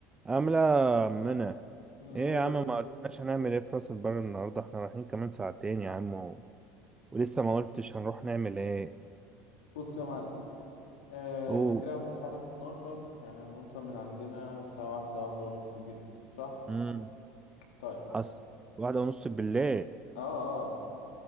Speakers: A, on the right (about 15°); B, on the left (about 80°).
A: عاملة منى
B: آه،
A: ايه يا عم ما قلتناش هنعمل ايه في راس البر النهاردة احنا رايحين كمان ساعتين يا عم و... ولسه ما قلتش هنروح نعمل ايه
B: بص يا معلم آه،
A: اوه
B: احنا كده هنتحرك 12 يعني هنوصل من عندنا الساعة واحدة واحدة ونص كده صح؟
A: امم
B: طيب
A: حصل واحدة ونص بالليل
B: اه اه